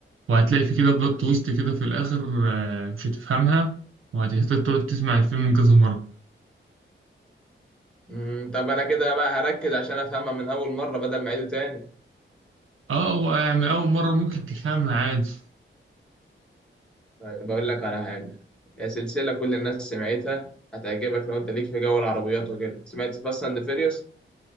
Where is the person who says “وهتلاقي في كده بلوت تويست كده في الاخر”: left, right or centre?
Right